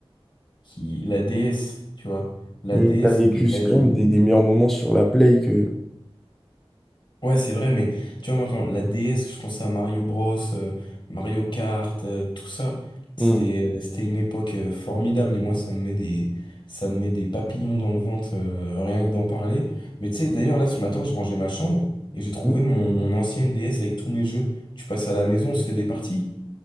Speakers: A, on the left; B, in the centre.
A: qui la DS, tu vois. La
B: Mais t'as
A: DS
B: vécu
A: c'était quand même
B: quand même des, des meilleurs moments sur la Play que...
A: ouais c'est vrai mais tu vois moi quand la DS je pensais à Mario Bros, euh, Mario Kart, euh, tout ça c'était
B: Hmm.
A: euh, c'était une époque euh, formidable et moi ça me met des ça me met des papillons dans le ventre euh, rien que d'en parler. Mais tu sais d'ailleurs là ce matin je rangeais ma chambre et j'ai trouvé
B: Hmm.
A: mon mon ancienne DS avec tous mes jeux. Tu passes à la maison on se fait des parties.